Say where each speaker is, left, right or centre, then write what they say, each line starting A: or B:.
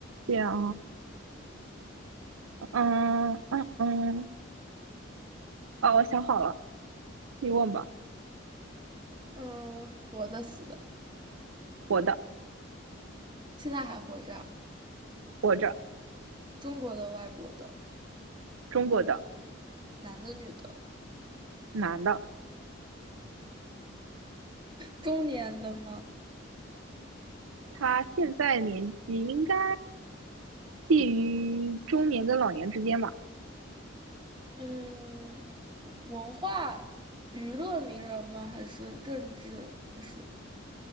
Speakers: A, on the right; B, on the right.
A: 想，嗯嗯嗯，哦，我想好了，你问吧。
B: 嗯，活的死的，
A: 活的，
B: 现在还活着啊，
A: 活着，
B: 中国的、外国的，
A: 中国的
B: 男的、女的，
A: 男的，
B: 中年的吗？
A: 他现在年纪应该介于中年跟老年之间吧，
B: 嗯，文化娱乐名人吗？还是政治？还是